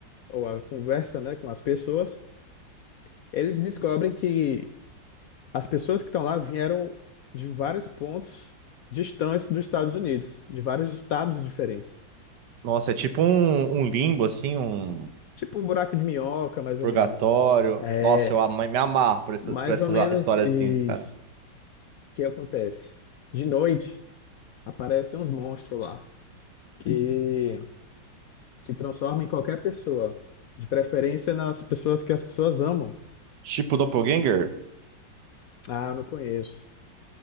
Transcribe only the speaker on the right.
Nossa, é tipo um, um limbo, assim, um
purgatório.
Nossa, eu ama- me amarro por, essa-
por essas
a- histórias
assim, cara.
Tipo Doppelganger?